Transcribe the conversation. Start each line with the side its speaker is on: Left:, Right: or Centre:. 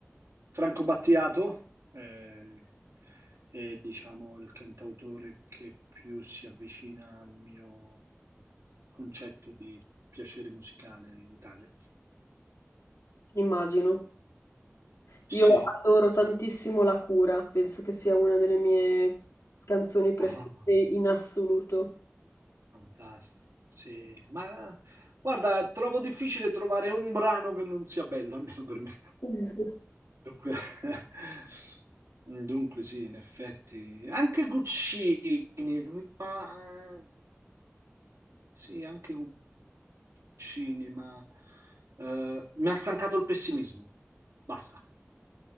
Right: Franco Battiato eh, è, diciamo, il cantautore che più si avvicina al mio concetto di piacere musicale in Italia.
Left: Immagino. Io
Right: Sì,
Left: adoro tantissimo La cura, penso che sia una delle mie canzoni preferite
Right: Ah,
Left: in assoluto.
Right: fantastico. Sì, ma guarda, trovo difficile trovare un brano che non sia bello, almeno per me.
Left: <laughs>
Right: Dunque, <laughs> dunque sì, in effetti, anche Guccini, ma eh, sì, anche cinema. Eh, mi ha stancato il pessimismo. Basta.